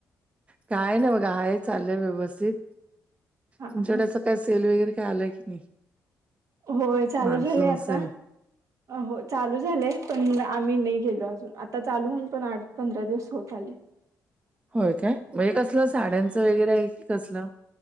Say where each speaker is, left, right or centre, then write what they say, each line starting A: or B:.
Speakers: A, on the right; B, on the right.
A: काय ना बघा हाय चाललंय व्यवस्थित....
B: हा
A: तुमच्याकडे
B: हा
A: असं काही सेल वगैरे काय आलं की नाही?
B: होय चालू
A: मान्सून
B: झालंय आता....
A: सेल
B: हो चालू झालंय पण आम्ही नाही गेलो अजून आता चालू होऊन पण आठ पंधरा दिवस होत आले... ह...
A: होय काय म्हणजे कसलं साड्यांचं वगैरे आहे की कसलं?